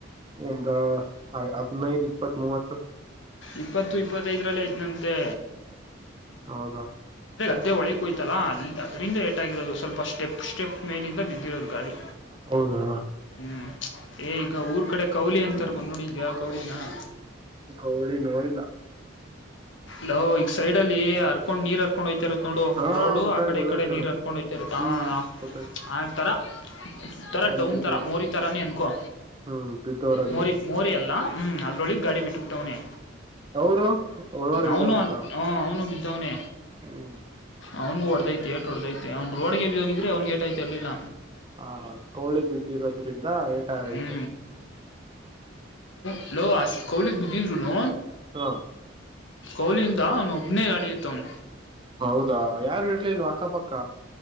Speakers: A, on the right; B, on the left.
A: ಒಂದು ಹದಿನೈದು ಇಪ್ಪತ್ ಮೂವತ್ತು
B: ಇಪ್ಪತ್ತು ಇಪ್ಪತ್ತೈದರಲ್ಲಿೇ ಐದನಂತೆ
A: ಹೌದಾ
B: ಇದೆ ಒಳಿಗೆೋಯ್ತಲ್ಲ ಅಲ್ಲಿ ಅದರಿಂದ ಏಟ್ ಆಗಿರೋದು ಸ್ವಲ್ಪ ಸ್ಟೆಪ್ ಸ್ಟೆಪ್ ಮೇಲಿಂದ ಬಿದ್ದಿರೋದು ಗಾಡಿ
A: ಹೌದಾ
B: ಹ್ಮ್ ಏ ಈಗ ಊರ್ ಕಡೆ ಕೌಲಿ ಅಂತರ್ ನೋಡಿದಿಯಾ ಕೊನಿನ <inaudible>
A: ಗೌಳಿ ನೋಡಿಲ್ಲ
B: ಲ್ ಈಗ ಸೈಡ್ ಅಲ್ಲಿ ಹರ್ಕೊಂಡ್ ನೀರ್ ಹರ್ಕೊಂಡ ಹೂಯ್ತು ಇರುತ್ತ ನೋಡು
A: ಹಾ
B: ರೋಡು
A: ಗೊತ್ತಾಯ್ತು
B: ಆ ಕಡೆ
A: ಗೊತ್ತಾಯ್ತು
B: ಈ ಕಡೆ ನೀರ್
A: ಹೇಳು
B: ಹರ್ಕೊಂಡ ಹಯ್ತರುತ್ತ ಆ
A: ಹ್ಮ್ ಗೊತ್ತಾಯ್ತು
B: ಆ ತರ ಥರ
A: ಅಲ್ಲಿ
B: ಡೌನ್
A: ಬಿದ್ದಿದ್ದು
B: ಥರ ಮೋರಿ ಥರನೇ ಅನ್ಕೊ
A: ಹ್ಮ್ ಬಿದ್ದವರಲ್ಲಿ
B: ಮೋರಿ ಮೋರಿ ಅಲ್ಲ ಹ್ಮ್ ಅದ್ರೊಳಗ್ ಗಾಡಿ ಬಿಟ್ಟ ಬಿಟ್ಟವನೇ
A: ಅವರು <inaudible>
B: ಅವನು
A: ಬಿದ್ದೋಗ್ಬಿಟ್ರ
B: ಹ ಅವನು ಬಿದ್ದವನ
A: ಹ್ಮ್
B: ಅವನಗೂ ಒಡೆದೈತೆ ಎಟ್ ಒಡೆದೈತೆ ಅವನು ರೋಡ್ಗೆ ಬಿಧ ಹೋಗಿದರೆ ಅವನಗೆ ಏಟ ಐತೆ ಇರಲಿಲ್ಲ
A: ಹಾ ಕೋಳಿ ಬಿದ್ದಿರೋದ್ರಿಂದ ಏಟಾಗೈತು
B: ಹ್ಞೂ ಹಲ ಅಷ್ಟು ಕೋಳಿಗ ಬಿದ್ದಿದ್ರೂನು
A: ಹಾ
B: ಕೋಳಿಯಿಂದ ಅವನು ಒಬ್ಬನೇ ಗಾಡಿ ಎತ್ತವ್ನೆ
A: ಹೌದಾ ಯಾರು ಇರ್ಲಿಲ್ವಾ ಅಕ್ಕಪಕ್ಕ